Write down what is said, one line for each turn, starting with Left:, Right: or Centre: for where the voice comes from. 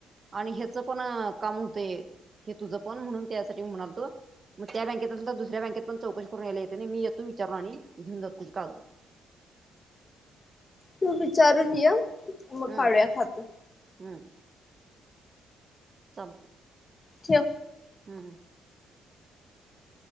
Right: आणि ह्याचं पण काम होतंय हे तुझं पण म्हणून त्यासाठी म्हणालतो मग त्या बँकेत असल तर दुसऱ्या बँकेत पण चौकश करूनय येते नाही मी य तू विचारणार आणि घेऊन ज तुझ काळ
Left: तू विचारून ये मखाड्या
Right: हम्म
Left: खात
Right: हम्म संप
Left: जे
Right: हम्म